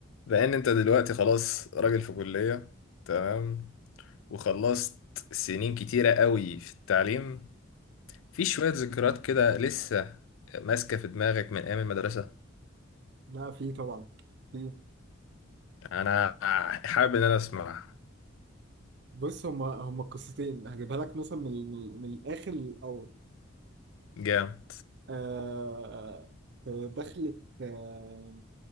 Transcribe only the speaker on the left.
لان انت دلوقتي خلاص راجل في كلية تمام وخلصت سنين كتيرة قوي في التعليم في شوية ذكريات كده لسه ماسكة في دماغك من ايام المدرسة
انا حابب ان انا اسمع
جامد